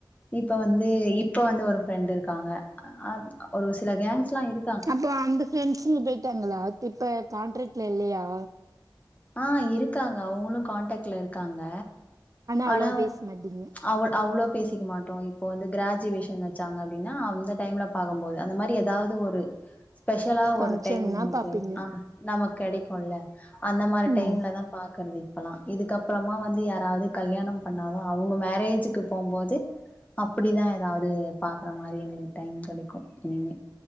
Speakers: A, on the left; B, on the right.
A: இப்ப வந்து இப்ப வந்து ஒரு ஃபிரெண்டு இருக்காங்க அத் ஒரு சில கேங்ஸ்லா இரு
B: அப்போ அந்த ஃபிரெண்ஸ்ங்க பேய்டாங்குளா இப்ப கான்ட்ரட்ல இல்லையா
A: ஆ இருக்காங்க அவுங்குளு கான்டக்ட்ல இருக்காங்க
B: அவ்ளவா
A: ஆனா அவ
B: பேச மாட்டீங்க
A: அவுள் அவ்ளோ பேசிக்க மாட்டோ இப்போ வந்து கிராஜுவேஷன் வச்சாங்க அப்டினா அந்த டைம்ல பாக்கும்போது அந்த மாரி எதாது ஒரு <inaudible> ஸ்பெஷலா ஒரு
B: பங்க்ஷன்னா
A: டைம் நமக்கு
B: பாப்பீங்க
A: ஆ நமக்கு கெடைக்குல அந்த மாரி
B: ம்
A: டைம்லதா பாக்கறது இப்பலா இதுக்கப்புறமா வந்து யாராவ்து கல்யாணம் பண்ணாதா அவ்ங்க மேரேஜுக்கு போம்போது அப்புடிதா எதாவ்து பாக்ற மாரி எங்களுக்கு டைம் கெடைக்கு இனிமே